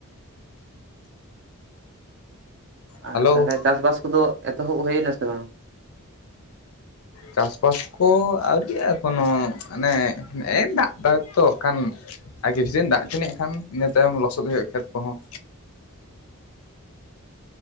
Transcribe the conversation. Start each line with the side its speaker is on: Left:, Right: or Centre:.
Left: ᱦᱮᱞᱳ
Right: ᱟᱨ ᱛᱟᱦᱚᱞᱮ ᱪᱟᱥ ᱵᱟᱥ ᱠᱚ ᱫᱚ ᱮᱛᱚᱦᱚᱵ ᱦᱩᱭ ᱱᱟᱥᱮ ᱵᱟᱝ?
Left: ᱪᱟᱥ ᱵᱟᱥ ᱠᱚ ᱟᱹᱣᱨᱤ ᱟᱜᱟ ᱮᱠᱳᱱᱳ ᱦᱟᱱᱮ ᱱᱮᱮ ᱫᱟᱜ ᱫᱟᱭ ᱛᱚ ᱠᱷᱟᱱ, ᱟᱨ ᱠᱤᱪᱷᱩ ᱫᱤᱱ ᱫᱟᱜ ᱦᱩᱪᱩᱱᱤᱜ ᱠᱷᱟᱱ ᱤᱱᱟᱹ ᱛᱟᱭᱚᱢ ᱞᱚᱥᱚᱫ ᱦᱩᱭᱩᱜᱼᱟ ᱠᱷᱮᱛ ᱠᱚ ᱦᱚᱸ᱾